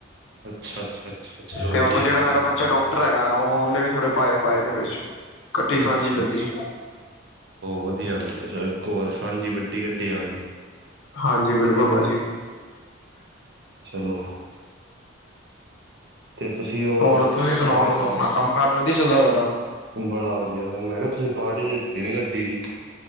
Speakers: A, on the right; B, on the left.
A: ਅੱਛਾ ਅੱਛਾ ਅੱਛਾ ਚਲੋ
B: ਤੇ
A: ਵਧੀਆ
B: ਉਓਥੋਂ ਜਿਹੜਾ ਮੇਰਾ ਬੱਚਾ ਡਾਕਟਰ ਹੈਗਾ ਉਹ ਉਹਨੇ ਵੀ ਥੋੜੇ ਪਾਏ ਪਾਏ ਨੇ ਵਿੱਚ। ਕੱਠੀ ਸਾਂਝੀ
A: ਅੱਛਾ
B: ਲੱਲੀ
A: ਅੱਛਾ ਵਧੀਆ ਵਧੀਆ। ਅਤੇ ਅ ਇੱਕੋ ਵਾਰ ਸਾਂਝੀ ਵੱਡੀ ਗੱਡੀ ਆ ਗਈ।
B: ਹਾਂਜੀ ਬਿਲਕੁਲ ਭਾਜੀ।
A: ਚਲੋ। ਤੇ ਤੁਸੀਂ ਉਹ
B: ਹੋਰ ਤੁਸੀਂ ਸੁਣਾਓ
A: ਮੈਂ ਕਿਹਾ ਪਾ
B: ਕੰਮ ਕਾਜ ਵਧੀਆ ਚੱਲਦਾ ਤੁਡਾ?
A: ਬੜਾ ਵਧੀਆ ਮੈਂ ਕਿਹਾ ਤੁਸੀਂ ਪਾਰਟੀ ਦਿੱਤੀ ਨੀ ਗੱਡੀ ਦੀ।